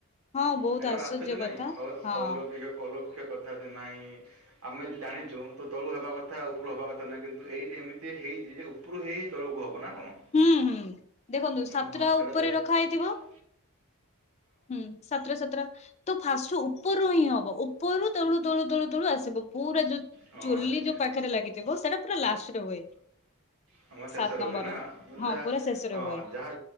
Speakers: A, on the left; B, on the right.
A: ହଁ ବହୁତ
B: ହେଇଟ ଗୋଟେ ଆଶ୍ଚର୍ଯ୍ୟ ନାହିଁ
A: କଥା ହଁ।
B: ଅଲୋକି ଅଲୋକିକ। କଥା ଯେ ନାଇଁ ଆମେ ଯଦି ଜାଣିଛୁ ତ ତଳୁ ହବା କଥା ଉପରୁ ହବା କଥା ନାହିଁ କିନ୍ତୁ ଏଇଠି ଏମିତି ହେଇଚି ଉପରୁ ହେଇ ତଳକୁ ହବ ନା କଣ?
A: ହୁଁ ହୁଁ ଦେଖନ୍ତୁ
B: ଉଁ
A: ସାତଟା
B: ହଁ ସେଟା
A: ଉପରେ
B: ଯ
A: ରଖା
B: ସତରେ
A: ହେଇଥିବ
B: ଆଉ
A: ହୁଁ ସାତଟା ସାତଟା ତ ଫାଷ୍ଟ ଉପରରୁ ହିଁ ହବ ଉପରୁ ତେଳୁ ତଳୁ ତଳୁ ତଳୁ ଆସି ସିବ ପୁରା ଯୋଉ
B: ହଁ
A: ଚୁଲି ଯୋଉ ପାଖରେ ଲାଗିଥିବ ସେଟା ପୁରା ଲାଷ୍ଟରେ ହୁଏ।
B: ସଭା ଶେଷରେ
A: ସାତ ନମ୍ବର।
B: ହୁଏ ନା।
A: ହଁ
B: ଯାହା
A: ପୁରା ଶେଷରେ
B: ହଁ
A: ହୁଏ
B: ଯାହା